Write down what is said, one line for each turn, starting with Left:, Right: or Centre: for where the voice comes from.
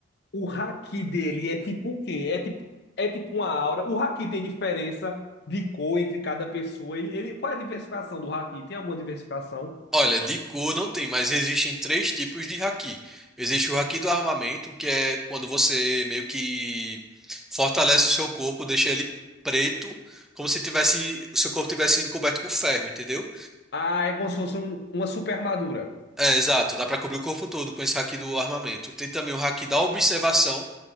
Left: O haki dele é tipo o quê? É tipo, é tipo uma aura. O haki tem diferença de cor entre cada pessoa. Ele, ele, qual é a diversificação do haki? Tem alguma diversificação?
Centre: Olha, de cor não tem, mas existem três tipos de haki. Existe o haki do armamento, que é quando você meio que fortalece o seu corpo, deixa ele preto, como se tivesse, o seu corpo tivesse sido coberto por ferro, entendeu?
Left: Ah, é como se fosse um- uma super armadura.
Centre: É, exato, dá pra cobrir o corpo todo com esse haki do armamento. Tem também o haki da observação,